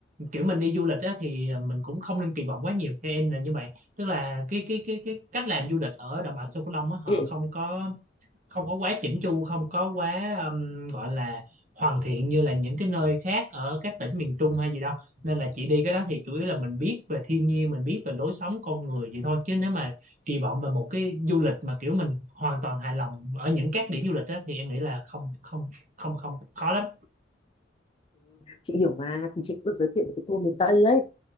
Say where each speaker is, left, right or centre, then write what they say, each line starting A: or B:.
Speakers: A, on the right; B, on the left.
A: kiểu mình đi du lịch á thì mình cũng không nên kỳ vọng quá nhiều theo em là như vậy tức là cái cái cái cái cách làm du lịch ở đồng bằng sông Cửu Long á họ
B: Ừ.
A: không có không có quá chỉnh chu không có quá um, gọi là hoàn thiện như là những cái nơi khác ở các tỉnh miền Trung hay gì đâu nên là chị đi cái đó thì chủ yếu là mình biết về thiên nhiên mình biết về lối sống con người vậy thôi chứ nếu mà kỳ vọng về một cái du lịch mà kiểu mình hoàn toàn hài lòng ở những các điểm du lịch đó, thì em nghĩ là không không không không khó lắm
B: chị hiểu mà thì chị cũng được giới thiệu một cái tour miền Tây đấy